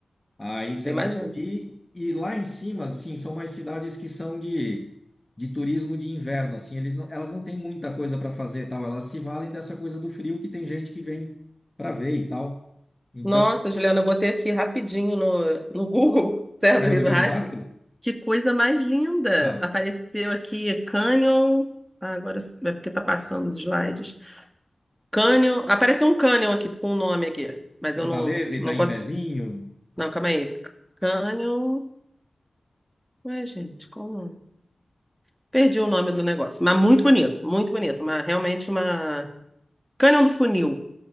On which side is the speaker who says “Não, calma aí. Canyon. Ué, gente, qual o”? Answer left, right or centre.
Centre